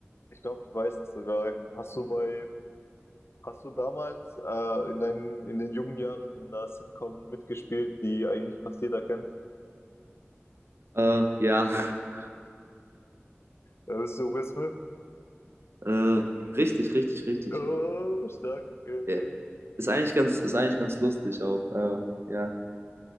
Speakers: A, on the left; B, on the right.
A: ich glaube, ich weiß es sogar. Hast du bei, hast du damals äh, in deinen, in den jungen Jahren in einer Sitcom mitgespielt, die eigentlich fast jeder kennt?
B: Äh, ja. <laughs>
A: Äh, bist du Will Smith?
B: Äh, richtig, richtig, richtig.
A: Oh, stark, okay,
B: Ja,
A: okay.
B: Ist eigentlich ganz, ist eigentlich ganz lustig auch. Äh, ja.